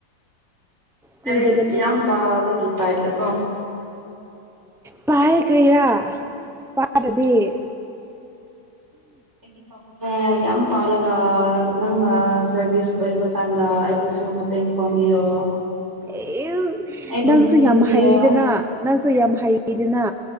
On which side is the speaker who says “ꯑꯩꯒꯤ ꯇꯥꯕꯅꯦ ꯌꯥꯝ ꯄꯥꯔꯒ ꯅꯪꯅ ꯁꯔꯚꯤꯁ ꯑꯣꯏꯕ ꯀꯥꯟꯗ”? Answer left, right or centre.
Right